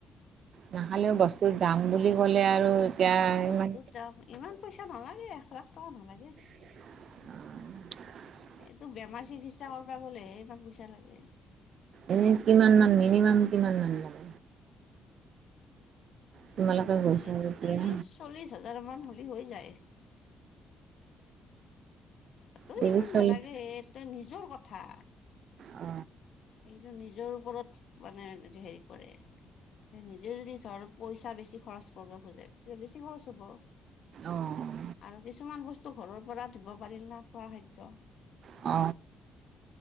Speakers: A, on the right; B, on the left.
A: নাখালেও বস্তুৰ দাম বুলি ক'লে আৰু এতিয়া
B: আহ বস্তু
A: ইমান
B: দাম ইমান পইচা নালাগে এক লাখ। ত নালাগে।
A: উ।
B: এইটো বেমাৰ চিকিৎসা কৰা গ'লেহে ইমান পইচা লাগে।
A: এনে কিমান মান মিনিমাম কিমান মান লাগে। তোমালোকে গৈছা
B: তি ত্ৰিশ
A: যেতিয়া
B: চল্লিশ হাজাৰ মান হ'লে হৈ যায়। তাতটো
A: ত্ৰিছ
B: ইমান
A: চল্লিছ
B: নালাগে এ তই নিজৰ কথা।
A: অ।
B: এইটো নিজৰ ওপৰত মানে হেৰি কৰে, নিজেও যদি ধৰ পইচা বেছি খৰচ কৰিব খোজে, তে বেছি খৰচ হব,
A: অ',
B: আৰু কিছুমান বস্তু ঘৰৰ পৰা দিব পাৰিল না খোৱা খাদ্য।
A: অ।